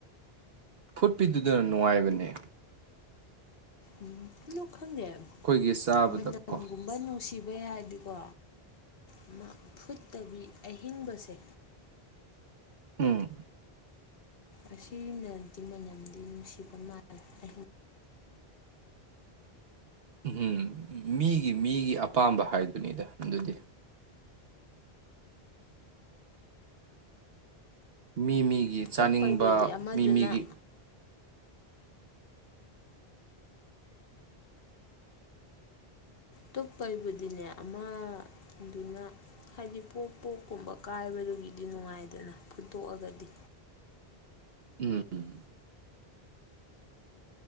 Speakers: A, on the right (about 70°); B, on the left (about 65°).
A: ꯐꯨꯠꯄꯤꯗꯨꯗꯅ ꯅꯨꯡꯉꯥꯏꯕꯅꯦ
B: ꯎꯝ ꯂꯨꯛ ꯈꯪꯗꯦ
A: ꯑꯩꯈꯣꯏꯒꯤ ꯆꯥꯕꯗ
B: ꯃꯅꯝꯒꯨꯝꯕ
A: ꯀꯣ
B: ꯅꯨꯡꯁꯤꯕ ꯕꯦ ꯍꯥꯏꯗꯤꯀꯣ ꯑꯃ ꯐꯨꯠꯇꯕꯤ ꯑꯍꯤꯡꯕꯁꯦ
A: ꯎꯝ
B: ꯑꯁꯤꯅꯗꯤ ꯃꯅꯝꯗꯤ ꯅꯨꯡꯁꯤꯕ ꯃꯥꯜꯂꯦ ꯑꯍꯤꯡ
A: ꯎꯝꯝ ꯃꯤꯒꯤ ꯃꯤꯒꯤ ꯑꯄꯥꯝꯕ ꯍꯥꯏꯗꯨꯅꯤꯗ ꯑꯗꯨꯗꯤ ꯃꯤ ꯃꯤ ꯒꯤ ꯆꯥꯅꯤꯡꯕ
B: ꯇꯨꯞꯄꯩꯕꯨꯗꯤ ꯑꯃꯗꯨꯅ
A: ꯃꯤ ꯃꯤꯒꯤ
B: ꯇꯨꯞꯞꯄꯩꯕꯨꯗꯤꯅꯦ ꯑꯃ ꯑꯗꯨꯅ ꯍꯥꯏꯗꯤ ꯄꯣꯛꯞ ꯄꯣꯛꯀꯨꯝꯕ ꯀꯥꯏꯕꯗꯨꯒꯤꯗꯤ ꯅꯨꯡꯉꯥꯏꯗꯅ ꯐꯨꯠꯇꯣꯛꯑꯒꯗꯤ
A: ꯎꯝ ꯎꯝ